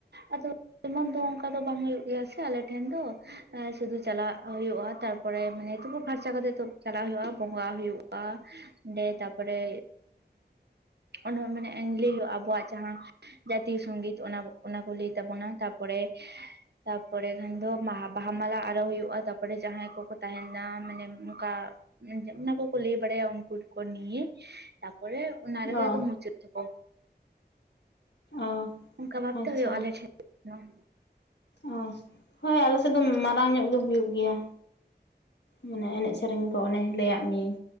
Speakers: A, on the right; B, on the left.
A: ᱟᱫᱚ ᱮᱢᱚᱱ ᱫᱚ ᱚᱱᱠᱟ ᱫᱚ ᱵᱟᱝ ᱦᱩᱭᱩᱜ ᱜᱮᱭᱟ ᱥᱮ, ᱟᱞᱮ ᱴᱷᱮᱱ ᱫᱚ, ᱥᱩᱫᱷᱩ ᱪᱟᱞᱟᱜ ᱦᱩᱭᱩᱜᱼᱟ ᱾ ᱛᱟᱨᱯᱚᱨᱮ ᱢᱟᱱᱮ ᱛᱩᱯᱩ ᱯᱷᱟᱹᱨᱪᱟ ᱠᱟᱛᱮ ᱛᱚ ᱪᱟᱞᱟᱜ ᱦᱩᱭᱩᱜᱼᱟ᱾ ᱵᱚᱸᱜᱟ ᱦᱩᱭᱩᱜᱼᱟ ᱾ ᱚᱸᱰᱮ ᱛᱟᱨᱯᱚᱨᱮ ᱚᱱᱟ ᱢᱟᱱᱮ ᱞᱟᱹᱭ ᱦᱩᱭᱩᱜᱼᱟ, ᱟᱵᱚᱣᱟᱜ ᱡᱟᱦᱟᱸ ᱡᱟᱛᱤᱭᱚ ᱥᱚᱝᱜᱤᱛ, ᱚᱱᱟ ᱚᱱᱟ ᱠᱚ ᱞᱟᱹᱭ ᱛᱟᱵᱚᱱᱟ, ᱛᱟᱯᱚᱨᱮ ᱛᱟᱯᱚᱨᱮ ᱠᱷᱟᱱ ᱫᱚ ᱵᱟᱦᱟ ᱢᱟᱞᱟ ᱟᱨᱟᱣ ᱦᱩᱭᱩᱜᱼᱟ, ᱛᱟᱯᱚᱨᱮ ᱡᱟᱦᱟᱸᱭ ᱠᱚᱠᱚ ᱛᱟᱦᱮᱱᱟ᱾ ᱢᱟᱱᱮ ᱚᱱᱠᱟ ᱡᱮ ᱚᱱᱟ ᱠᱚ ᱠᱚ ᱞᱟᱹᱭ ᱵᱟᱲᱟᱭ ᱩᱱᱠᱩ ᱠᱚ ᱱᱤᱭᱮ, ᱛᱟᱯᱚᱨᱮ ᱚᱱᱟ
B: ᱚ
A: ᱨᱮᱜᱮ ᱠᱚ ᱢᱩᱪᱟᱹᱫ ᱛᱟᱠᱚ,
B: ᱚ
A: ᱚᱱᱠᱟ ᱵᱷᱟᱵᱽ
B: ᱟᱪᱪᱷᱟ
A: ᱛᱮ ᱦᱩᱭᱩᱜ ᱟᱞᱮ ᱴᱷᱮᱱ ᱾ <inaudible>
B: ᱚ, ᱦᱳᱭ ᱟᱞᱮ ᱥᱮᱫ ᱫᱚ ᱢᱟᱨᱟᱝ ᱧᱚᱜ ᱜᱮ ᱦᱩᱭᱩᱜ ᱜᱮᱭᱟ᱾ ᱢᱟᱱᱮ ᱮᱱᱮᱡ ᱥᱮᱨᱮᱧ ᱠᱚ ᱚᱱᱮ ᱞᱟᱹᱭ ᱟᱫᱚ ᱢᱤᱭᱟᱹᱧ,